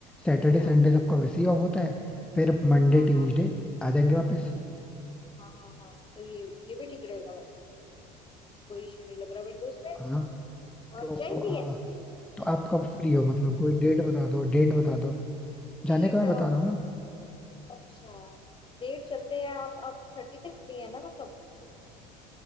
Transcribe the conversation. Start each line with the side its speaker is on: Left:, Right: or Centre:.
Centre: सैटरडे
Left: अच्छा
Centre: संडे सबका वैसे ही ऑफ होता है फिर मंडे
Left: हाँ
Centre: ट्यूजडे
Left: हाँ हाँ
Centre: आ जाएंगे वापस
Left: हाँ हाँ हाँ हाँ। तो ये ये भी ठीक रहेगा वैसे कोई इशू नहीं लग रहा मेरे को इसमें
Centre: हाँ
Left: और
Centre: तो
Left: जाएंगे
Centre: आ,
Left: ऐसे
Centre: तो आप कब फ्री हो मतलब कोई डेट बता दो डेट बता दो जाने
Left: डेट
Centre: का मैं
Left: अ,
Centre: बता रहा हूँ ना
Left: अच्छा डेट चलते हैं आप आप थर्टी तक फ्री है ना मतलब